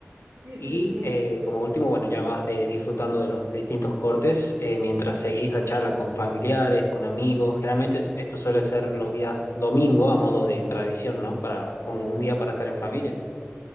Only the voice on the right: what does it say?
Sí, sí,
sí.